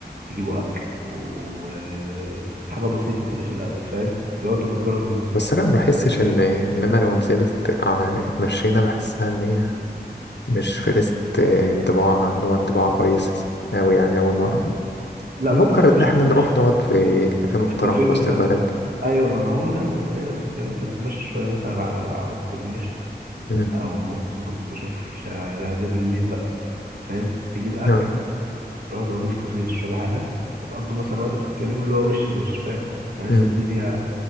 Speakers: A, on the right; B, on the left.
A: تجيبوا أكل وحاجة بسيطة كده في الأول فاهم لو أنتوا بتجرب النزول
B: بس أنا ما بحسش
A: بعد كده
B: إن
A: بقى-
B: إن أنا لو نزلت ع- اتمشينا بحسها إن هي مش فرست انطباع اللي هو انطباع كويس أوي يعني أول مرة
A: لا
B: بفكر
A: ما أنت بص
B: إن
A: مش
B: احنا
A: هتتمشى
B: نروح نقعد في كافيه محترم
A: في كافيه
B: في
A: مثلا
B: وسط البلد
A: أيوة ما ما هو ده اللي أنا جاي في الكلام أنت هتتمشى شوية مثلا على على الكورنيش
B: مم.
A: أو موس ممكن تتمشى في شارع الهادية بالليل بقى فاهم تجيب أكل
B: آه.
A: تروحوا تقعدوا في كافيه تشربوا حاجة هتقضوا مثلا وقت بتتكلموا اللي هو وش لوش فاهم تحس
B: مم.
A: الدنيا